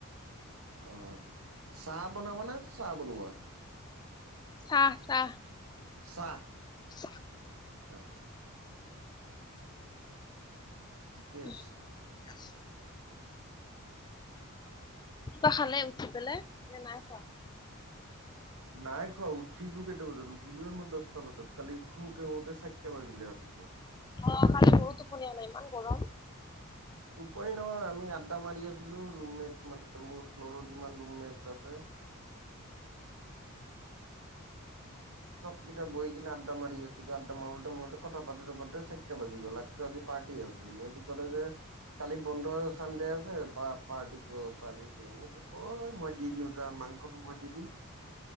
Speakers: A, on the right; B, on the left.
A: অ', চা বনাবা নে চাহ বনোৱা?
B: চাহ, চাহ।
A: চাহ।
B: চা
A: আচ্ছা। ঠিকে
B: উম,
A: আছে
B: য়েছ। কিবা খালে উঠি পেলাই নে নাই খোৱা?
A: নাই খোৱা উঠিলো কেইটা বজাত উঠিলোয়ে দহটা বজাত কালি শুওঁতে শুওঁতে চাৰিটা বাজিলে ৰাতিপুৱা।
B: অ কালি মোৰো টোপনীয়া অহা নাই ইমান গৰম।
A: উপায় নহয় আমি আড্ডা মাৰি আছিলো ৰুম মেট মানে মোৰ ফ্ল'ৰৰ যিমান ৰুম মেট আছে।
B: <inaudible>
A: চব কিতা বহি কিনে আড্ডা মাৰি আছো, আড্ডা মাৰোতে মোৰোতে কথা পাতোতে পাতোতে চাৰিটা বাজি গ'ল ৰাতি পাৰ্টি আছে, ইহঁতি কলে যে কালি বন্ধ চানডে আছে। বা পাৰ্টি কৰো পাৰ্টি কৰো, মই কৈছো কৰ দি দিও যা মাংসটো মই দি দিম